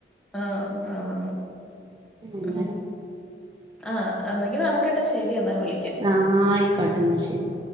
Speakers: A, in the centre; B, on the right.
A: ആഹ് ആഹ്
B: അങ്ങനെ
A: ന്ന് ആഹ് അന്നെങ്കി നടക്കട്ടെ ശെരിയെന്ന വിളിക്ക
B: ആഹ് അയ്ക്കോട്ടെ ഇന്ന ശരി